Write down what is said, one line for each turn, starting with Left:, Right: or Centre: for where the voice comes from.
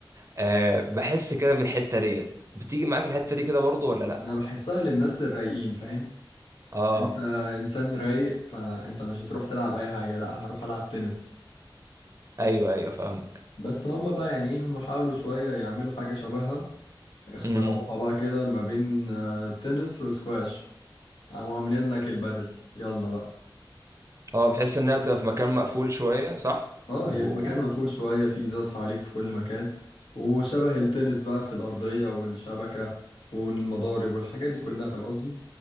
Right: أه بحس كده بالحتة ديت بتيجي معاك الحتة دي كده برضو ولا لأ
Left: انا بحسها للناس الرايقين فاهم
Right: اه
Left: انت انسان رايق فانت مش هتروح تلعب اي حاجه لا هروح العب تنس
Right: ايوه ايوه فاهمك
Left: بس هم بقى يعني ايه هم حاولوا شويه يعملوا حاجه شبهها اخترعوها
Right: امم
Left: بقى كده ما بين آه، التنس والسكواش قاموا عاملين لك البدل يلا بقى
Right: اه بحس انها بتبقى في مكان مقفول شوية صح
Left: اه
Right: و...
Left: هي في مكان مقفول شوية في ازاز حواليك في كل مكان وشبه التنس بقى في الأرضية والشبكة والمضارب والحاجات دي كلها فاهم قصدي